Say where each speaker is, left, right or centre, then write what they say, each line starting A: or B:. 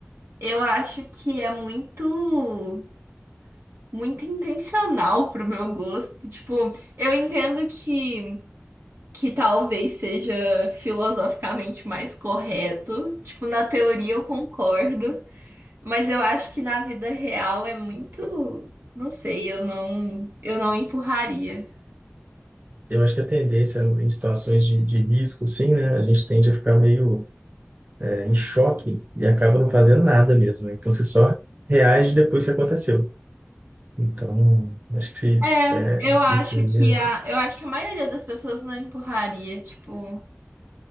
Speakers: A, on the right; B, on the right.
A: Eu acho que é muito, muito intencional pro meu gosto. Tipo, eu entendo que, que talvez seja filosoficamente mais correto. Tipo, na teoria eu concordo, mas eu acho que na vida real é muito, não sei, eu não, eu não empurraria.
B: Eu acho que a tendência em situações de, de risco, sim, né? A gente tende a ficar meio é, em choque e acaba não fazendo nada mesmo, né? Então você só reage depois que aconteceu. Então, acho que
A: É,
B: é,
A: eu acho
B: isso aí
A: que
B: é
A: a, eu acho que a maioria das pessoas não empurraria, tipo,